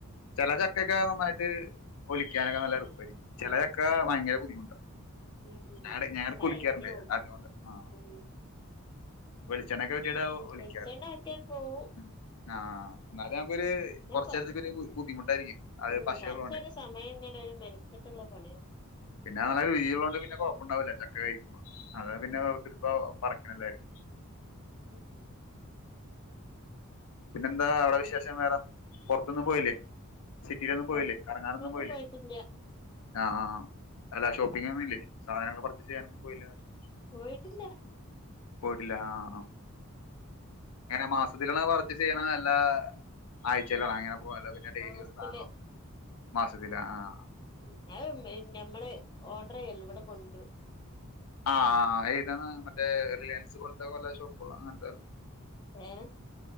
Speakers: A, on the left; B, on the left.
A: ചെല ചക്കെക്കെ നന്നായിട്ട് പൊലിക്കാനൊക്കെ നല്ല എള്പ്പായിരിക്കും ചെല ചക്ക ഭയങ്കര ബുദ്ധിമുട്ടാണ്
B: ഉം
A: ഞാടെ ഞായെടെക്ക്
B: കയ്യും
A: കുൽക്യാറ്ണ്ട് അതുകൊണ്ട് ആഹ്
B: ഉം
A: വെളിച്ചെണ്ണക്കെ പെരട്ടീട്ടാവും ഒലിക്കാറ്
B: വെളിച്ചെണ്ണ ആക്കിയാണ്ട് പോവും
A: ഉം ആഹ് അന്നാല് നമ്ക്കൊര്
B: പിന്നെ
A: കാെറച്ചേരത്ത്ക്ക്
B: കൊ
A: ഒര് ബു ബുദ്ധിമുട്ടായിരിക്കും അത്
B: ഉം
A: പശയുള്ളോണ്ട്
B: കൊറച്ചൊരു സമയം എങ്ങനെ ഒര്മെന ക്കെട്ട്ള്ള പണിയാ
A: പിന്നെ നല്ല രുചിയുള്ളോണ്ട് പിന്നെ കൊഴപ്പുണ്ടാവില്ല ചക്ക കഴിക്കുമ്പാെ അതാ പിന്നെ
B: ഉം
A: വെർത്തിരിപ്പാ പറിക്ക്ണ എല്ലാരും
B: <unintelligible>
A: പിന്നെന്താ അവടെ വിശേഷം വേറെ പാെർത്തൊന്നും പോയില്ലേ സിറ്റിയിലൊന്നും പോയില്ലേ
B: പൊറത്തൊന്നും
A: കറങ്ങാനൊന്നും പോയില്ലേ
B: പോയിട്ടില്ല
A: ആഹ് ആഹ് അല്ലല്ലാ ഷോപ്പിങ്‌ ഒന്നും ഇല്ലേ സാധനങ്ങള് പർച്ചെെസ് ചെയ്യാനൊന്നും പോയില്ലേ എന്നാേയ്ച്ച്
B: പോയിട്ടില്ല
A: പോയിട്ടില്ല ആഹ് ആഹ് എങ്ങനെ മാസ് ഇപ്പതില്ള്ളാ വർക്ക് ചെയ്യണം ഇങ്ങനെല്ലാ ആയ്ചയിലാണോ അങ്ങനെ പുവാ അല്ലാതെ പിന്നെ ഡെെലി
B: മാസത്തില്
A: ഒരു സാധനം നോക്ക് മാസത്തില് അ ആഹ്
B: ഉം അത് ഇമ്മെ ഞമ്മള് ഓഡ്റിയ്യലും ഇവെടെ കൊട്രും
A: ആഹ് ആഹ് ഏതാണ് മറ്റേ റിലേൻസ് പോൽത്തെ പലെ ഷോപ്പുള്ള അങ്ങന്‌ത്തെ വെല്ലം
B: ഏഹ്